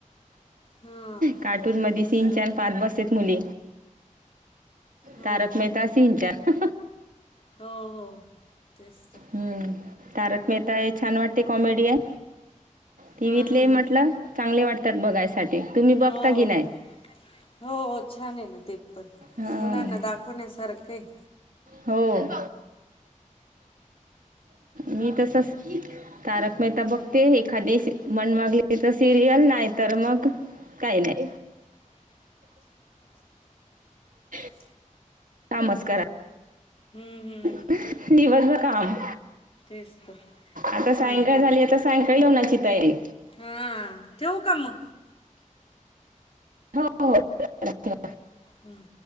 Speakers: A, on the left; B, on the right.
A: हां
B: कार्टूनमध्ये
A: तेच
B: सिंचान
A: तर
B: पाहत बसत्यात मुली.
A: हो
B: तारक
A: हो
B: मेहता सीनच्यांन
A: हो हो तेच तर
B: हम्म तारक मेहता हे छान वाटते कॉमेडी हाय. टीव्हीतले
A: हां हां
B: म्हंटल
A: हां
B: चांगले वाटतात बघायसाठी तुम्ही बगता
A: हो
B: की नाय.
A: हो हो छान आहे ना ते पण
B: हां.
A: मुलानां दाखवण्यासारखं ये.
B: हो मी तसच तारक मेहता बघते एखादी मन वागली तर सिरियल नाही तर मग. काही नाही
A: हम
B: काम च करा.
A: हम्म हम्
B: दिवस भर काम.
A: तेच तर
B: आता
A: हो
B: सायंकाळ
A: ना हो ना
B: झाली आता सायंकाळ जेवणाची तयारी.
A: हां ठेवू का म.
B: हो हो
A: हम्म